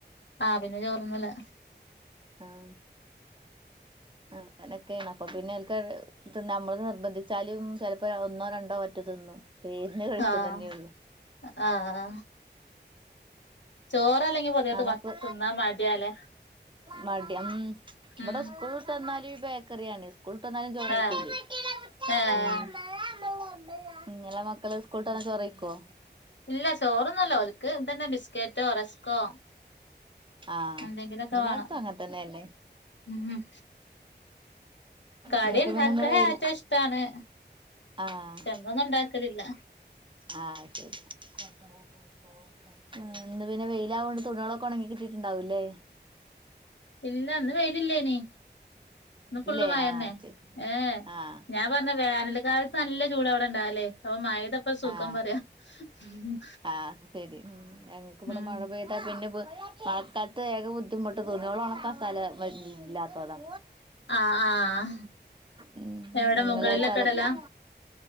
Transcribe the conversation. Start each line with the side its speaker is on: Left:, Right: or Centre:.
Left: ആ പിന്നെ ചോറൊന്നുംല്ല
Right: ആഹ് അങ്ങനൊക്കെയാണ് അപ്പൊ പിന്നെഓൽക്ക് നമ്മള് നിർബന്ധിച്ചാലും ചിലപ്പോ ഒന്നോ രണ്ടോ വറ്റു തിന്നും പേരിന് കഴിക്കുന്നന്നെയുള്ളു
Left: ആഹ് ആഹ് ചോറല്ലെങ്കി പൊതുവെ
Right: ആണോക്ക്
Left: മക്കൾക്ക് തിന്നാ മടിയാലേ
Right: മടിയാ ഉം ഇവിടെ
Left: ഉം
Right: സ്കൂളിലട്ട്ന്നാലും ബേക്കറിയാണ് സ്കൂൾ ട്ട്ന്നാലും ചോറെയ്ക്കൂല
Left: ആഹ് ഏഹ്
Right: ഉം ഇങ്ങളെ മക്കള് സ്കൂൾട്ട് വന്നാ ചോറ് കഴിക്കോ
Left: ഇല്ല ചോറൊന്നല്ല ഒൽക്ക് ഇ തന്നെ ബിസ്ക്കറ്റോ റസ്കോ
Right: ആഹ്
Left: എന്തെങ്കിലൊക്കെ
Right: എല്ലായിടത്തും
Left: വേണം
Right: അങ്ങനെ തന്നെയല്ലേ
Left: ഉം ഉം കടി
Right: നിങ്ങക്ക്
Left: ഉണ്ടാക്ക
Right: പിന്നെ ഇന്ന് വെയിൽ
Left: ഏറ്റ ഇഷ്ടാണ്
Right: ആഹ്
Left: എ ന്നൊന്നും ഇണ്ടാക്കലില്ല
Right: ആഹ് ശരി <unintelligible> ആ ഇന്ന് പിന്നെ വെയില ആയോണ്ട് തുണിളെക്കെ ഉണങ്ങി കിട്ടീട്ടുണ്ടാവൂല്ലേ
Left: ഇല്ലന്ന് വെയിലി ല്ലേനി ഇന്ന് ഫുള്ള്
Right: ഇല്ലേ
Left: മായന്നെ
Right: ആഹ് ശരി
Left: ഏ
Right: ആഹ്
Left: ഞാൻ പറഞ്ഞ വേനൽ കാലത്ത് നല്ല ചൂട ഇ വിടെണ്ടാവല്ലേ അപ്പൊ മൈതപ്പ സുഖം
Right: ആഹ്
Left: പറയാം ഉ
Right: ആഹ് ശരി ഞങ്ങക്ക് ഇവിടെ
Left: ഉം
Right: മഴ പെയ പിന്നെ മഴ കാലത്ത് ഏക ബുദ്ധിമുട്ട് തുണി കള് ഉണക്കാൻ സ്ഥലം വ ഇല്ലാത്തതാ
Left: ആഹ് ആഹ്
Right: ഉ <inaudible>
Left: എവിടെ
Right: ഞങ്ങള്
Left: മുകളിലൊക്കെ
Right: തലക്ക്
Left: ഇടലാ